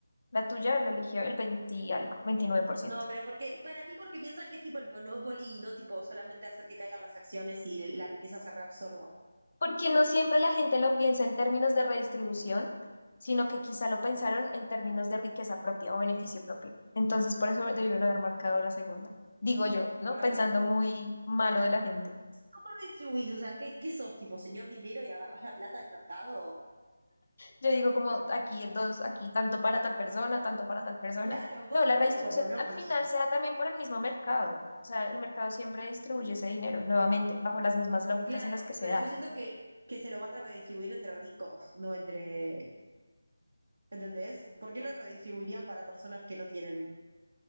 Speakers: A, on the left; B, on the right.
A: La tuya la eligió el 20 y algo, veintinueve por ciento.
B: No, pero porque, para mí, porque piensan que es tipo el Monopoly y no tipo solamente hacer que caigan las acciones y la riqueza se reabsorba.
A: Porque no siempre la gente lo piensa en términos de redistribución, sino que quizá lo pensaron en términos de riqueza propia o beneficio propio. Entonces, por eso debieron haber marcado la segunda. Digo yo, ¿no?
B: Claro.
A: Pensando muy malo de la gente.
B: ¿Cómo redistribuís? O sea, ¿qué, qué sos, tipo, señor dinero y agarrás la plata del mercado?
A: Yo digo como aquí dos, aquí tanto para tal persona, tanto para tal persona.
B: Claro, vos
A: No,
B: dijiste
A: la redistribución
B: tipo Monopoly.
A: al final se da también por el mismo mercado. O sea, el mercado siempre distribuye ese dinero, nuevamente, bajo las mismas lógicas
B: Claro,
A: en las que se
B: pero
A: da.
B: yo siento que, que se lo van a redistribuir entre ricos, no entre. ¿Entendés? ¿Por qué lo redistribuirían para personas que no tienen?